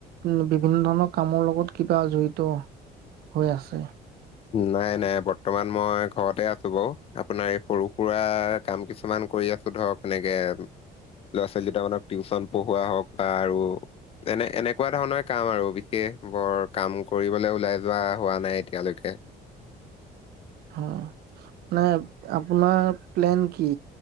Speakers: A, on the right; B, on the left.
A: উ, বিভিন্ন ধৰণৰ কামৰ লগত কিবা জড়িত হৈ আছে।
B: নাই, নাই, বৰ্তমান মই ঘৰতে আছো বাৰ আপোনাৰ এই সৰু, সুৰা কাম কিছুমান কৰি আছো ধৰক এনেকে ল'ৰা, ছোৱালী দুটা মানক টিউচন পঢ়োৱা হওক বা আৰু এনে, এনেকুৱা ধৰণৰ কাম আৰু বিশেষ বৰ কাম কৰিবলৈ ওলাই যোৱা হোৱা নাই এতিয়ালৈকে।
A: অ, মানে আপোনাৰ প্লেন কি?